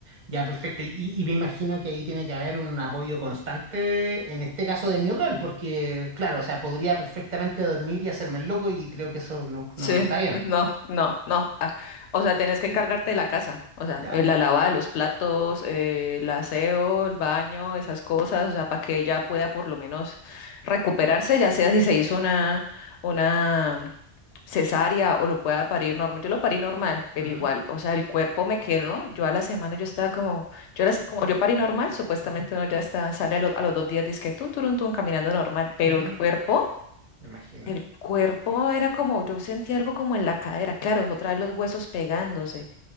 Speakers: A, on the right; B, on the left.
A: Ya, perfecto. Y, y- y me imagino que ahí tiene que haber un apoyo constante, en este caso de mi rol, porque, claro, o sea, podría perfectamente dormir y hacerme el loco y creo que eso no,
B: sí,
A: no, no está bien.
B: no, no, no. O sea, tenés que encargarte de la casa. O sea,
A: Ya.
B: eh, la lavada de los platos, eh, el aseo, el baño, esas cosas. O sea, para que ella pueda por lo menos recuperarse, ya sea si se hizo una, una cesárea o lo pueda parir normal. Yo lo parí normal, pero
A: Ujú,
B: igual, o sea, el cuerpo me quedó. Yo a la semana yo estaba como, yo a la se- como yo parí normal, supuestamente
A: ujú,
B: uno ya está, sale a, lo- a los dos días, dice que tun, turun, tun, caminando normal, pero
A: ujú,
B: el cuerpo,
A: me Imagino.
B: el cuerpo era como, yo sentía algo como en la cadera, claro, otra vez los huesos pegándose.